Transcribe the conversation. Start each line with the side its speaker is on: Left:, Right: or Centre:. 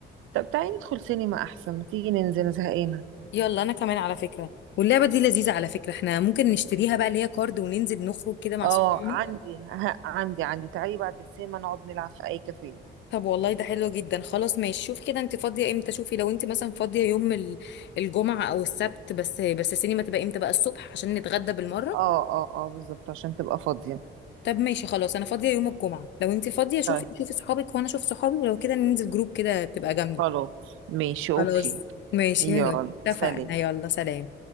Right: طب تعالي ندخل سينما احسن ما تيجي ننزل أنا زهقانه
Left: يلا انا كمان على فكرة واللعبة دي لذيذة على فكرة احنا ممكن نشتريها بقى اللي هي كارد وننزل نخرج كده مع
Right: اه
Left: صحابنا
Right: عندي ها عندي عندي تعالي بعد السينما نقعد نلعب في اي كافيه
Left: طب والله ده حلو جدا خلاص ماشي شوفي كده انت فاضيه امتى شوفي لو انت مثلا فاضيه يوم ال- الجمعه او السبت بس بس السينما تبقى امتى بقى الصبح عشان نتغدى بالمره
Right: اه اه اه بالظبط عشان تبقى فاضيه
Left: طب ماشي خلاص انا فاضيه يوم الجمعه لو انت فاضيه شوفي
Right: طيب
Left: شوفي صحابك وانا اشوف صحابي ولو كده ننزل جروب كده تبقى جامده
Right: خلاص ماشي اوكي
Left: خلاص ماشي
Right: يلا
Left: اتفقنا
Right: سلام
Left: يلا سلام